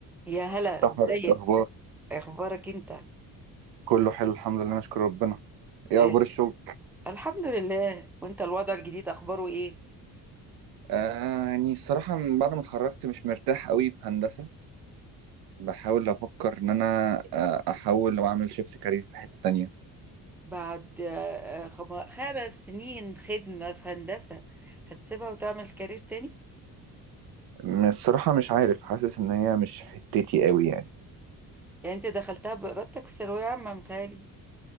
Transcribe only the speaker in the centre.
يا هلا
ازيك
اخبارك انت
آه،
الحمد لله وانت الوضع الجديد اخباره ايه
بعد آه، خم- خمس سنين خدمة في هندسة هتسيبها وتعمل كارير تاني
يعني انت دخلتها بإرادتك في ثانوية عامة متهيألي